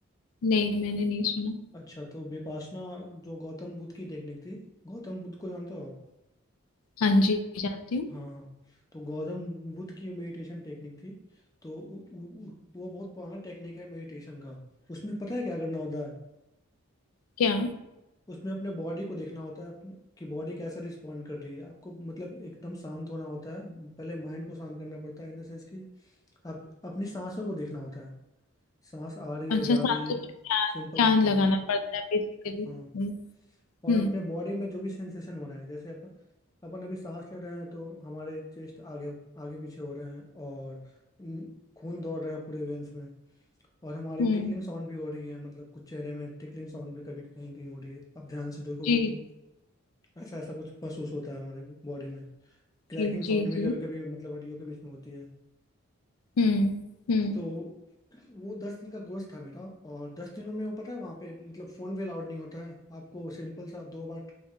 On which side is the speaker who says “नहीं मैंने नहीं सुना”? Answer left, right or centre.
Left